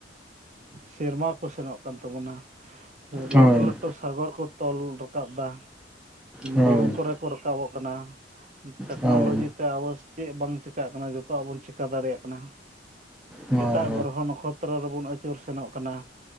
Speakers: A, on the right; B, in the centre.
A: ᱥᱮᱨᱢᱟ ᱠᱚ ᱥᱮᱱᱚᱜ ᱠᱟᱱ ᱛᱟᱵᱚᱱᱟ
B: ᱦᱳᱭ
A: ᱞᱟᱹᱴᱩ ᱞᱟᱹᱴᱩ ᱥᱟᱜᱚᱨ ᱠᱚ ᱛᱚᱞ ᱨᱟᱠᱟᱵ ᱮᱫᱟ
B: ᱦᱳᱭ
A: ᱵᱩᱨᱩ ᱠᱚᱨᱮ ᱠᱚ ᱨᱟ ᱥᱟᱵᱚᱜ ᱠᱟᱱᱟ ᱴᱮᱠᱱᱚᱞᱚᱡᱤ
B: ᱦᱳᱭ
A: ᱛᱮ ᱟᱵᱚ ᱪᱮᱫ ᱵᱟᱝ ᱪᱮᱠᱟᱜ ᱛᱟᱦᱮᱱᱟ ᱡᱚᱛᱚᱣ ᱟᱜ ᱵᱚᱱ ᱪᱮᱠᱟ ᱫᱟᱲᱮᱭᱟᱜ ᱠᱟᱱᱟ
B: ᱦᱳᱭ ᱦᱳᱭ
A: ᱮᱴᱟᱜ ᱜᱨᱚᱦᱚᱱ ᱠᱷᱚᱛᱨᱚ ᱨᱮᱵᱚᱱ ᱟᱹᱪᱩᱨ ᱥᱮᱱᱚᱜ ᱠᱟᱱᱟ